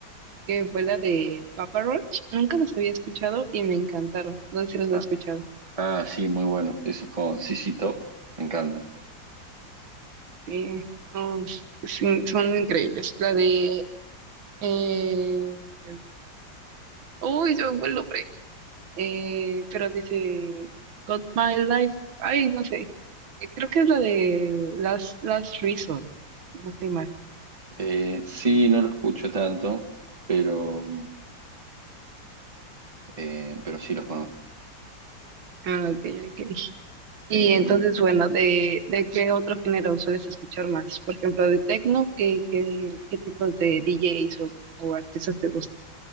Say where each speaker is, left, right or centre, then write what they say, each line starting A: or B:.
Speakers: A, on the right (about 80°); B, on the right (about 20°).
A: que fue la de Papa Roach. Nunca los había escuchado y me encantaron. No sé si los
B: Ah,
A: has escuchado.
B: ah, sí, muy bueno. Eso es con CC Top, me encanta.
A: Sí, no, s- sí, son increíbles. La de... Eh... Uy, yo me fue el nombre. Eh, pero dice Got My Life. Ay, no sé. Eh, Creo que es la de Last, Last Resort. si No estoy mal.
B: Eh, sí, no lo escucho tanto, pero, eh, pero sí los conozco.
A: Ah, ok, ok.
B: Eh,
A: Y entonces, bueno, ¿de, de qué otro género sueles escuchar más? Por ejemplo, de techno, ¿qué, qué, qué tipos de DJs o, o artistas te gustan?